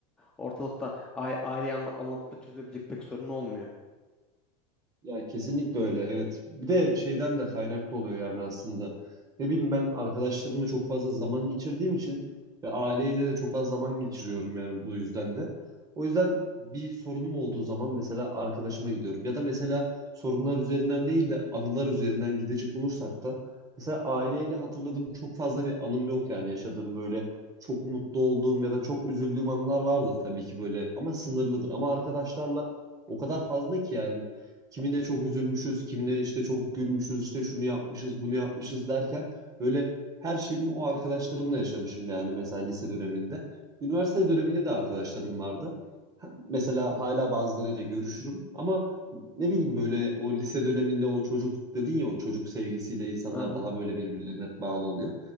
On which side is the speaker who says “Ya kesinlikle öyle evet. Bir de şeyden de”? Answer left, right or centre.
Right